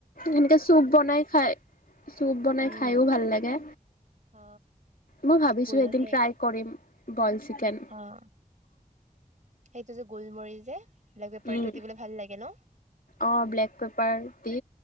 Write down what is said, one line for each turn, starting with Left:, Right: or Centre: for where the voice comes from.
Left: এনেকে চুপ বনাই খায়, চুপ বনাই
Right: উম।
Left: খাইও ভাল লাগে
Right: অ'।
Left: মই ভাবিছিলোঁ
Right: গোল
Left: এদিন
Right: সেই
Left: ট্ৰাই কৰিম। Boil chicken.
Right: অ' সেইটো যে গোলমৰি যে ব্লেক পেপাৰটো
Left: উম
Right: দি পেলাই ভাল লাগে ন?
Left: অ' ব্লেক পেপাৰ দি